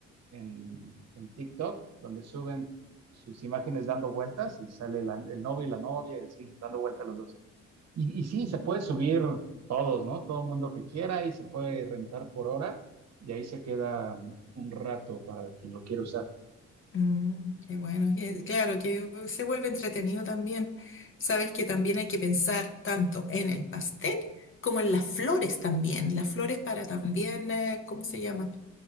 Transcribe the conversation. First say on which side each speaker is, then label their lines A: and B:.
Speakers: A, on the right; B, on the left.
A: en, en TikTok, donde suben sus imágenes dando vueltas y sale la- el novio y la novia y así, dando vueltas los dos. Y, y sí, se puede subir todos, ¿no? Todo mundo que quiera y se puede rentar por hora y ahí se queda un rato para quien lo quiera usar.
B: Mm, qué bueno, que- claro que uh, se vuelve entretenido también. Sabes que también hay que pensar tanto en el pastel como en las flores también. Las flores para también, eh, ¿cómo se llama?